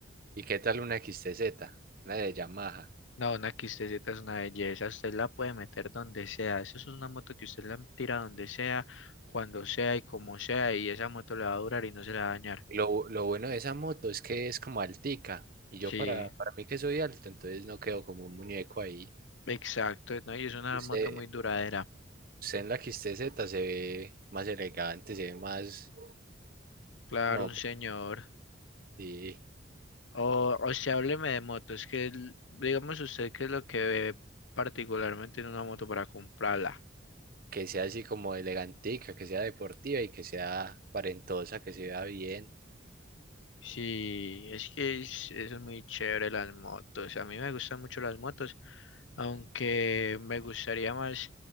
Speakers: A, on the right (about 50°); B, on the left (about 75°).
A: ¿Y qué tal una X T Z Una de Yamaha.
B: No, una XTZ es una belleza, usted la puede meter donde sea. Eso es una moto que usted la tira donde sea, cuando sea y como sea, y esa moto le va a durar y no se la va a dañar.
A: Lo, lo bueno de esa moto es que es como altica. Y yo
B: Sí.
A: para, para mí que soy alto, entonces no quedo como un muñeco ahí.
B: Exacto, ¿no? Y es una
A: Usted,
B: moto muy duradera.
A: usted en la X T Z se ve más elegante, se ve más...
B: Claro,
A: No,
B: un señor.
A: y
B: O, o sea, hábleme de motos, que el- digamos usted qué es lo que ve particularmente en una moto para comprarla.
A: que sea así como elegantica, que sea deportiva y que sea aparentosa, que se vea bien.
B: Sí, es que es, es muy chévere las motos. A mí me gustan mucho las motos, aunque me gustaría más